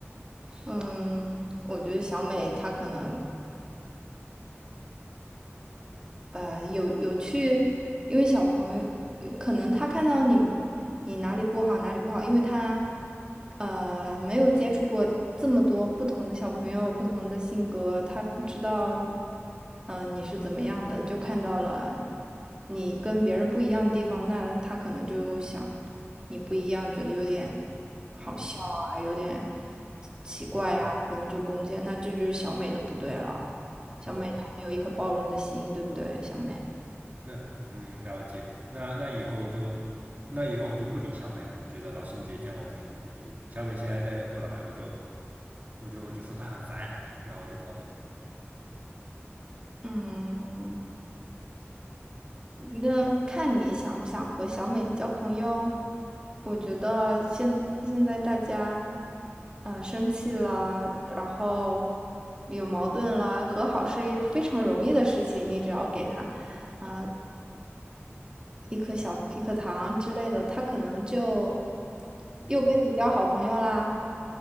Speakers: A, on the right; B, on the right.
A: 嗯，我觉得小美她可能呃，有有去，因为小朋友有可能他看到你你哪里不好哪里不好，因为他呃没有接触过这么多不同的小朋友，不同的性格，他不知道嗯、呃你是怎么样的，就看到了你跟别人不一样的地方，那他可能就想你不一样，觉得有点好笑啊，
B: 嗯
A: 有点奇怪呀、
B: 嗯
A: 他可能就攻击，那这就是小美的不对了。小美她没有一颗包容的心，
B: 嗯哼，
A: 对不对，小美？
B: 那嗯了解。那那以后我就那以后我就不理小美了。你觉得老师你觉得这样 OK 吗？就是小美现在再过来，我就我就我就说她很烦，然后我就跑走。
A: 嗯，那看你想不想和小美交朋友。我觉得现现在大家，呃，生气了，然后有矛盾了，和好是一非常容易的事情。你只要给他，啊、一颗小一颗糖之类的，他可能就
B: 嗯，
A: 又跟你交好朋友啦，